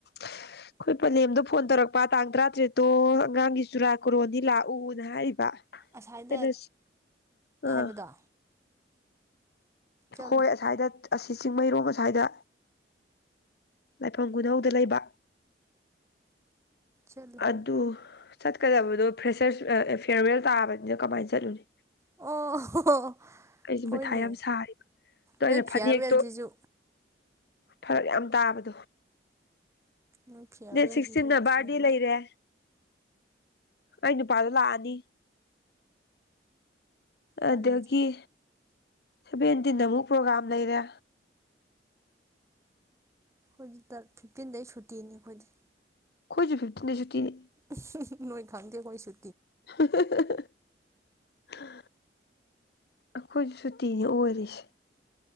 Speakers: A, on the left; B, on the right.
A: ꯑꯩꯈꯣꯏ ꯄꯂꯦꯝꯗꯣ ꯐꯣꯟ ꯇꯧꯔꯛꯄ ꯇꯥꯡ ꯇꯔꯥꯇꯔꯦꯠꯇꯣ ꯑꯉꯥꯡꯒꯤ ꯆꯨꯔꯥ ꯀꯣꯔꯣꯟꯅꯤ ꯂꯥꯛꯎꯅ ꯍꯥꯏꯔꯤꯕ
B: ꯑꯁꯥꯏꯗ
A: ꯑꯩꯅ ꯑꯥ
B: ꯍꯥꯏꯕꯗꯣ ꯆꯠꯂꯨ
A: ꯍꯣꯏ ꯑꯁꯥꯏꯗꯠ ꯑꯁꯤ ꯆꯤꯡꯃꯩꯔꯣꯡ ꯑꯁ꯭ꯋꯥꯏꯗ ꯂꯥꯢꯐꯝ ꯈꯨꯅꯧꯗ ꯂꯩꯕ
B: ꯆꯠꯂꯨ
A: ꯑꯗꯨ ꯆꯠꯀꯗꯕꯗꯣ ꯐ꯭ꯔꯦꯁꯔꯁ ꯐ ꯐꯤꯌꯔꯋꯦꯜ ꯇꯥꯕꯅꯤꯅ ꯀꯃꯥꯏꯅ ꯆꯠꯂꯨꯅꯤ
B: ꯑꯣ
A: ꯑꯩꯁꯦ
B: ꯍꯣꯏꯅꯦ
A: ꯃꯊꯥ ꯌꯥꯝ ꯁꯥꯔꯤ ꯑꯗꯣ
B: ꯅꯣꯏ
A: ꯑꯩꯅ
B: ꯐꯤꯌꯥꯔꯋꯦꯜꯁꯤꯁꯨ
A: ꯐꯅꯦꯛꯇꯣ ꯐꯔꯛ ꯌꯥꯝ ꯇꯥꯕꯗꯣ
B: ꯅꯣꯏ ꯐꯤꯌꯥꯔꯋꯦꯜꯁꯤꯁꯨ
A: ꯗꯦꯠ ꯁꯤꯛꯁꯇꯤꯟꯅ ꯕꯥꯔꯗꯦ
B: ꯐꯤꯌꯥꯔꯋꯦꯜ
A: ꯂꯩꯔꯦ ꯑꯩ ꯅꯨꯄꯥꯗꯣ ꯂꯥꯛꯑꯅꯤ
B: ꯋꯥꯔꯤꯁꯦ
A: ꯑꯗꯒꯤ ꯁꯦꯚꯦꯟꯇꯤꯟꯗ ꯑꯃꯨꯛ ꯄ꯭ꯔꯣꯒ꯭ꯔꯥꯝ ꯂꯩꯔꯦ
B: ꯍꯣꯢꯖꯤꯇꯟ ꯐꯤꯐꯇꯤꯟꯗꯩ ꯁꯨꯇꯤꯅꯤ ꯑꯩꯈꯣꯏꯗꯤ
A: ꯈꯣꯢꯁꯨ ꯐꯤꯞꯇꯤꯟꯗꯩ ꯁꯨꯇꯤꯅꯦ
B: ꯑꯥꯍꯨ ꯍꯨ ꯍꯨ ꯅꯣꯏ ꯈꯪꯗꯦ ꯑꯩꯈꯣꯢ ꯁꯨ
A: ꯍꯥ ꯍꯥ ꯍꯥ ꯍꯥ ꯍꯥ ꯑꯩꯈꯣꯢꯁꯨ ꯁꯨꯇꯤꯅꯤ ꯑꯣꯏꯔꯤꯁꯦ